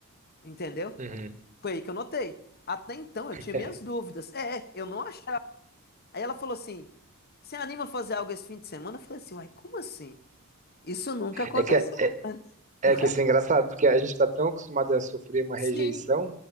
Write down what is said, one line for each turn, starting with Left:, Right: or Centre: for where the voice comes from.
Left: Entendeu?
Right: uhum.
Left: Foi aí que eu notei. Até então eu tinha
Right: É
Left: minhas dúvidas. É, eu não achava. Aí ela falou assim: Você anima a fazer algo esse fim de semana? Eu falei assim: Uai, como assim? Isso nunca aconteceu.
Right: é que é,
Left: <laughs>
Right: É
Left: Eu
Right: que
Left: acho
Right: isso é engraçado,
Left: que
Right: porque a gente tá tão acostumado a sofrer uma
Left: sim,
Right: rejeição,